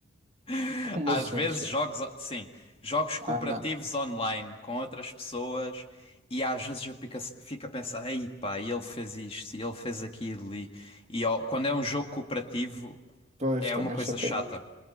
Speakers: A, on the left; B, on the right.
A: <laughs>
B: Como
A: Às
B: assim?
A: vezes
B: chate-
A: jogos, sim, jogos cooperativos
B: Ah,
A: online com outras pessoas e às vezes eu fico, a- fico a pensar, ei pá, e ele fez isto, e ele fez aquilo e, e ó, quando é um jogo cooperativo
B: pois,
A: é
B: também
A: uma coisa
B: chateia
A: chata.
B: muito,